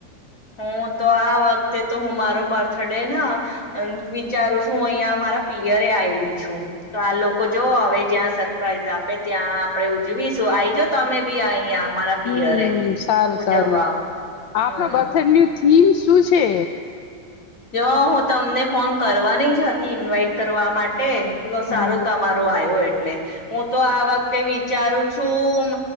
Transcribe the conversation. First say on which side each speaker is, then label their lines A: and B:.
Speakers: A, on the left (about 45°); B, on the left (about 80°).
A: હું તો આ વખતે તો હું મારો બર્થડે ના વિચારું છું હું અહિયાં મારા પિયરે આલી છું. તો આ લોકો જોઓ હવે જ્યાં સરપ્રાઈઝ આપે ત્યાં આપડે ઉજવી સો આઈ જ તમે બી આયા મારા પિયરે
B: હમ સારું
A: ઉજવવા
B: સારું આપણો
A: હમ્મ.
B: બર્થડે નું થીમ શું છે?
A: જ હું તમને ફોન કરવાની જ હતી ઇન્વાઈટ કરવા માટે. સારું
B: હમ
A: તમારું આવ્યો એટલે હું તો આ વખતે વિચારું છું